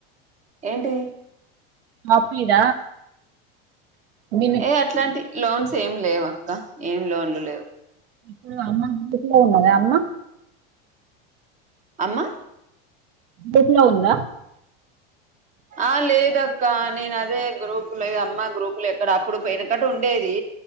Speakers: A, on the right; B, on the right.
A: ఏంటి
B: షాప్ మీద మీ
A: ఏ అట్లాంటి లోన్స్ ఏం లేవు అక్క ఏం లోన్లు లేవు
B: ఇప్పుడు అమ్మ గ్రూప్లో ఉన్నద అమ్మ
A: అమ్మ
B: గ్రూప్ లో ఉందా
A: ఆ లేదక్క నేను అదే గ్రూపు లో అమ్మా గ్రూపు లో ఎక్కడ అప్పుడు పోయినకట్ట ఉండేది